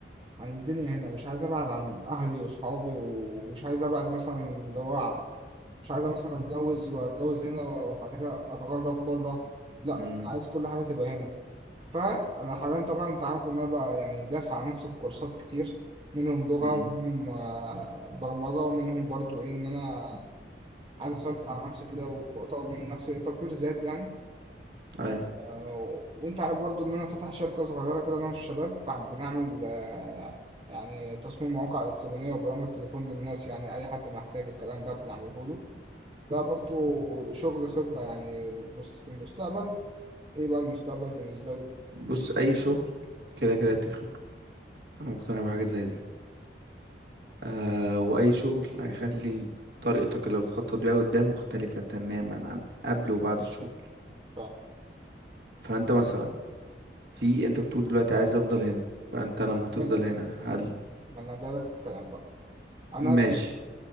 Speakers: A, on the right (about 30°); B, on the right (about 70°).
A: عن الدنيا هنا مش عايز ابعد عن اهلي واصحابي ومش عايز ابعد مثلا اللي هو ع- مش عايز مثلا اتجوز واتجوز هنا وبعد كده اتغرب بره لا
B: امم
A: عايز كل حاجه تبقى هنا فانا حاليا طبعا انت عارف ان انا بقى يعني داس على نفسي في كورسات كتير منهم لغه
B: امم
A: ومنهم آه، برمجه ومنهم برضو ايه ان انا عايز اسيطر على نفسي كده واطور من نفسي تطوير ذاتي يعني آه،
B: ايوه
A: آه، وانت عارف برضو ان انا فاتح شركة صغيرة كده انا والشباب بع- بنعمل آه، يعني تصميم مواقع الكترونية وبرامج تليفون للناس يعني اي حد محتاج الكلام ده بنعمله له ده برضو شغل خبرة يعني نص في المستقبل ايه بقى المستقبل بالنسبة لي
B: بص اي شغل كده كده يديك خبرة انا مقتنع بحاجة زي دي آه واي شغل هيخلي طريقتك اللي بتخطط بيها قدام مختلفة تماما عن قبل وبعد الشغل
A: صح
B: فانت مثلا في انت بتقول دلوقتي عايز افضل هنا فانت لما
A: ملة
B: تفضل هنا هل
A: ما انا جايلك في الكلام بقى انا
B: ماشي
A: دلوقتي